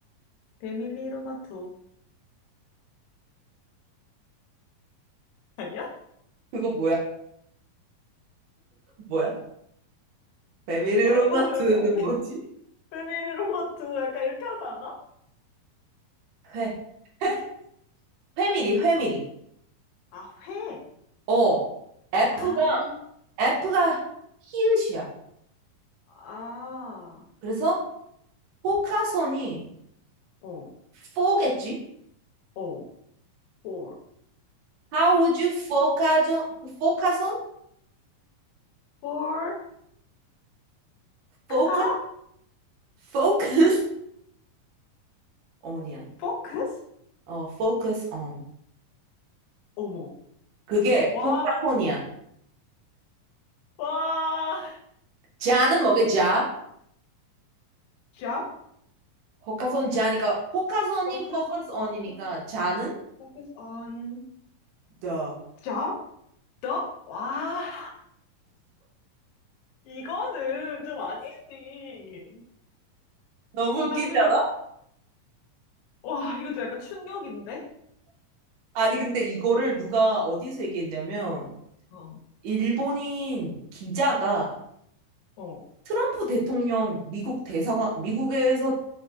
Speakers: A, on the left; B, on the right.
A: 패밀리 로마투 <laughs> 아니야?
B: 그거 뭐야? 뭐야? 패밀리로마트는
A: 어, 방금 약간 <laughs>
B: 뭐지?
A: 패밀리 로마트 약간 이렇게 하지 않아?
B: 회. 회? 회밀리회밀리
A: 아, 회.
B: 어. F가
A: 아,
B: F가 히읗이야.
A: 아,
B: 그래서 호카손이
A: 어,
B: 포겠지?
A: 어, for,
B: How would you focus on, focus on,
A: for,
B: focus,
A: 카,
B: focus on이야.
A: focus,
B: 어, focus on.
A: 어머,
B: 그게
A: 와,
B: 호카손이야.
A: 와,
B: 자는 뭐게 자?
A: job,
B: 호카손 자니까 호카손이
A: focus
B: focus on이니까
A: on,
B: 자는
A: focus on,
B: the.
A: job, the, 와. 이거는 좀 아니지.
B: 너무 웃기지
A: 나는,
B: 않아?
A: 와, 이거 좀 약간 충격인데?
B: 아니 근데 이거를 누가 어디서 얘기했냐면
A: 어,
B: 일본인 기자가
A: 어.
B: 트럼프 대통령 미국 대사관 미국에서